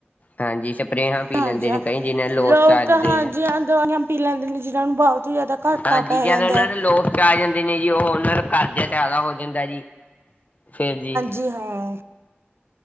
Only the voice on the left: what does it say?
ਹਾਂਜੀ। ਸਪਰੇਹਾਂ ਪੀ
ਲੇਦੇ
ਨੇ ਕਈ ਜਿਨੇ ਲੋਸ'ਚ
ਆਂਦੇ।
ਹਾਂਜੀ।
ਜਦ
ਉਨਾਂ
ਨੇ ਲੋਸ ਚ ਆ ਜਾਂਦੇ ਨੇ ਜੀ ਉਹ ਉਨਾਂ ਨੂੰ ਕਰਜ਼ਾ ਜਾਦਾ ਏ ਜੀ, ਫੇਰ ਜੀ